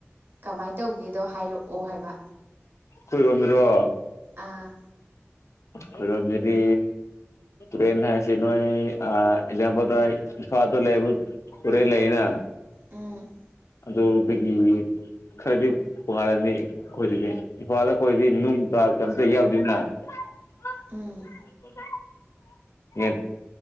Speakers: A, on the right; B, on the left.
A: ꯀꯃꯥꯏꯅ ꯇꯧꯒꯦꯗꯣ ꯍꯥꯏꯔꯛꯑꯣ ꯍꯥꯏꯕ
B: ꯈꯣꯏꯔꯣꯝꯗꯔꯣ
A: ꯑꯥ
B: ꯈꯣꯏꯔꯣꯝꯗꯗꯤ ꯇꯨꯔꯦꯟ ꯍꯥꯏꯁꯤ ꯅꯣꯏ ꯑ ꯑꯦꯛꯖꯥꯝꯄꯜꯗ ꯏꯝꯐꯥꯜꯗ ꯂꯩꯕ ꯇꯨꯔꯦꯜ ꯂꯩꯅ
A: ꯎꯝ
B: ꯑꯗꯨꯗꯒꯤ ꯈꯔꯗꯤ ꯇꯣꯉꯥꯜꯂꯅꯤ ꯑꯩꯈꯣꯏꯗꯗꯤ ꯏꯝꯐꯥꯜꯗ ꯑꯩꯈꯣꯏꯗꯤ ꯅꯨꯡ ꯆꯥ ꯀꯩꯝꯇ ꯌꯥꯎꯗꯦꯅ <unintelligible>
A: ꯎꯝ